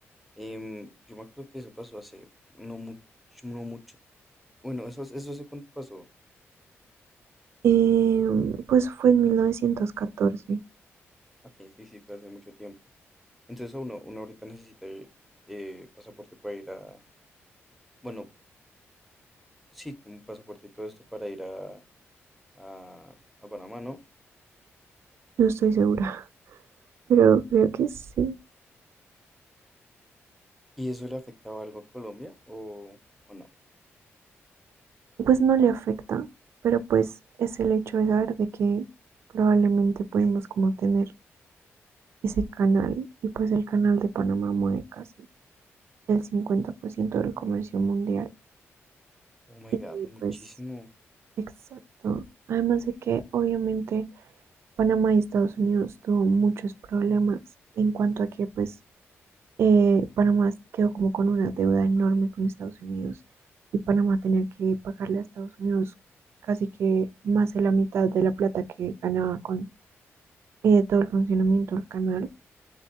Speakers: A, in the centre; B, on the right (about 65°).
A: em, yo me acuerdo que eso pasó hace no mucho, no mucho. Bueno, eso, eso hace cuánto pasó.
B: Em, pues fue en mil novecientos catorce
A: Ok, sí, sí, fue hace mucho tiempo. Entonces a uno, uno ahorita necesita eh, pasaporte para ir a. Bueno, sí, como pasaporte y todo esto para ir a, a, a Panamá, ¿no?
B: no estoy segura, <laughs> pero creo que sí.
A: ¿Y eso le afectaba algo a Colombia o, o no?
B: Pues no le afecta, pero pues es el hecho, de saber de que probablemente podemos como tener ese canal y pues el canal de Panamá mueve casi el 50% del comercio mundial.
A: Oh my
B: Y
A: God, muchísimo.
B: pues exacto. Además de que obviamente Panamá y Estados Unidos tuvo muchos problemas en cuanto a que pues eh, Panamá quedó como con una deuda enorme con Estados Unidos y Panamá tenía que pagarle a Estados Unidos casi que más de la mitad de la plata que ganaba con eh, todo el funcionamiento del canal